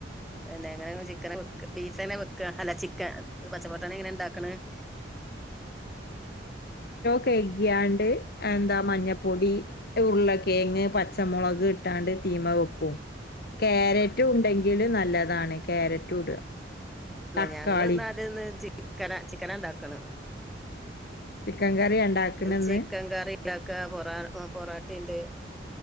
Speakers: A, in the centre; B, on the left.
A: ന്തെ എങ്ങനെ ചിക്കന വെ ബീഫ്ന്നെ വെക്ക അല്ല ചിക്കൻ പച്ചപ്പട്ടണ എങ്ങനെ ഉണ്ടാക്കണ് <inaudible>
B: കെഗിയാണ്ട് എന്താ മഞ്ഞപ്പൊടി ഉരുള്ള കേങ്ങ് പച്ചമുളക് ഇട്ടാണ്ട് തീമ വെക്കും കാരറ്റ് ഉണ്ടെങ്കില് നല്ലതാണ് ക്യാരറ്റും ഇടുക തക്കാളി
A: ഞങ്ങൾ ന്നാൽന്ന് ച്ചി ചിക്കന ചിക്കനണ്ടാക്കന്
B: ചിക്കൻ കറി ഉണ്ടാക്കണന്ന്
A: ചിക്കൻ കറി ക്കാ പൊറ പൊറാട്ടിയുണ്ട്